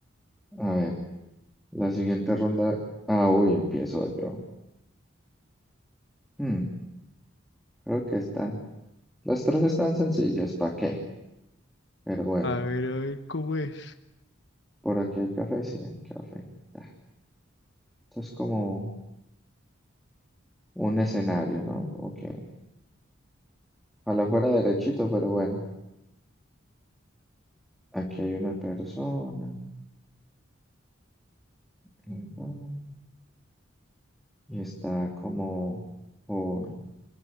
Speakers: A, in the centre; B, on the left.
A: A ver, la siguiente ronda, ah, uy, empiezo yo. Mm, creo que está, las tres están sencillas, ¿para qué? Pero bueno,
B: A ver, a ver, ¿cómo es?
A: por aquí hay café, sí, hay café. Ta. Esto es como... un escenario, ¿no? Como que ojalá fuera derechito, pero bueno, aquí hay una persona ¿verdad? y está como con